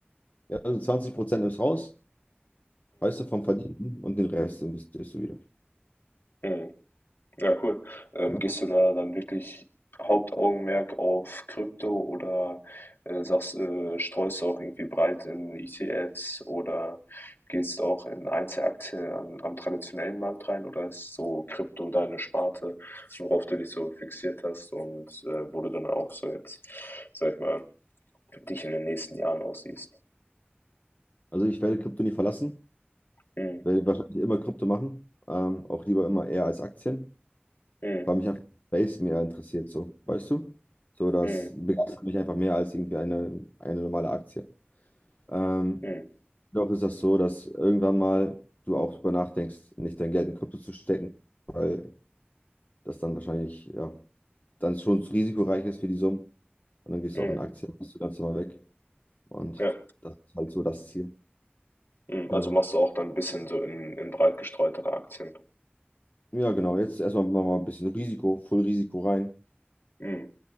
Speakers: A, on the left; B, on the left.
A: Ja, also 20% ins Haus, weißt du, vom Verdienten und den Rest investierst du wieder.
B: Mhm. Ja, cool. Ähm,
A: Ne?
B: gehst du da dann wirklich Hauptaugenmerk auf Krypto oder äh, sagst, äh, streust du auch irgendwie breit in ETFs oder gehst auch in Einzelaktien am, am traditionellen Markt rein oder ist so Krypto deine Sparte, worauf du dich so fixiert hast und äh, wo du dann auch so jetzt, sag ich mal, dich in den nächsten Jahren aussiehst?
A: Also ich werde Krypto nie verlassen.
B: Mhm.
A: Werde wahrscheinlich immer Krypto machen. Ähm, auch lieber immer eher als Aktien,
B: Mhm.
A: weil mich einfach Space mehr interessiert, so, weißt du? So, das
B: Mhm.
A: begeistert mich einfach mehr als irgendwie eine, eine normale Aktie. Ähm,
B: Mhm.
A: doch ist das so, dass irgendwann mal du auch drüber nachdenkst, nicht dein Geld in Krypto zu stecken, weil das dann wahrscheinlich, ja, dann schon zu risikoreich ist für die Summen. Und dann gehst
B: Mhm.
A: du auch in Aktien, bist du ganz normal weg. Und
B: Ja.
A: das ist halt so das Ziel.
B: Mhm, also
A: Genau.
B: machst du auch dann ein bisschen so in in breit gestreutere Aktien.
A: Ja, genau. Jetzt erstmal nochmal ein bisschen Risiko, voll Risiko rein.
B: Mhm,